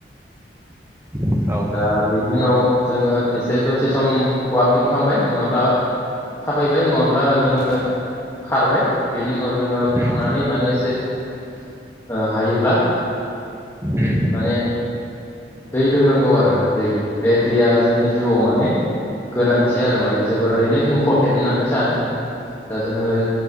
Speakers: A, on the right; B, on the left.
A: उम
B: दा बिनि उनाव जोङो एसे दसे सम वाकिं खालामबाय नङाब्ला थाबायबाय नङाब्ला जोङो खारबाय बेनि उन औ जोङो खांनानै
A: उम
B: माने एसे। ओ हायोब्ला
A: उम औ उम
B: माने दै लोंनांग गौ आरो दै बे दैया जोंनि जिउआव माने गोनांथि आरो माने जोबोरैनो इम्पर्टेन होन्नानै सानो दा जोंयो